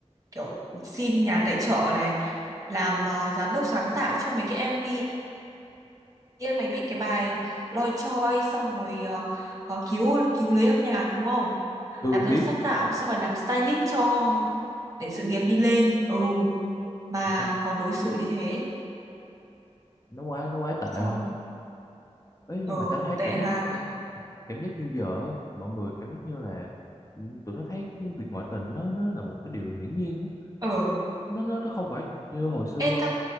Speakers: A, on the right; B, on the left.
A: kiểu xin nhà tài trợ này làm ờ, giám đốc sáng tạo cho mấy cái MV kia mày biết cái bài Loi Choi xong rồi ờ, có cứu cứu lấy âm nhạc đúng không
B: ừ
A: làm giám
B: biết
A: sát tạo xong rồi làm stylist cho để sự nghiệp đi lên ừ mà
B: sao
A: còn đối xử như thế
B: nó quá nó quá tệ
A: xong
B: hơn ấy
A: ờ
B: nhưng mà tao thấy
A: tệ
B: cảm giác
A: hà.
B: cảm giác như giờ á, mọi người cảm giác như là ừ, tụi nó thấy cái việc ngoại tình nó nó là một cái điều hiển nhiên á.
A: ờ
B: nó nó nó không phải như hồi xưa
A: ê ta